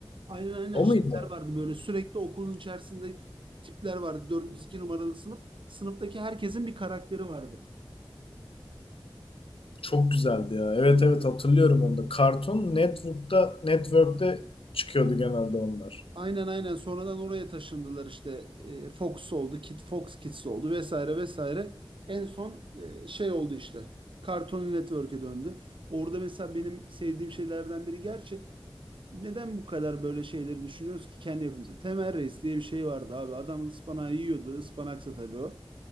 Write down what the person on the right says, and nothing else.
Aynen aynen
şeyler
vardı böyle sürekli okulun içerisinde tipler vardı. 402 numaralı sınıf. Sınıftaki herkesin bir karakteri vardı.
Aynen aynen sonradan oraya taşındılar işte E, Fox oldu, Kid Fox Kids oldu vesaire vesaire. En son e, şey oldu işte. Cartoon Network'e döndü. Orada mesela benim sevdiğim şeylerden biri gerçi Neden bu kadar böyle şeyleri düşünüyoruz ki kendi yapımıza? Temel Reis diye bir şey vardı abi. Adam ıspanağı yiyordu. Ispanaksa tabii o.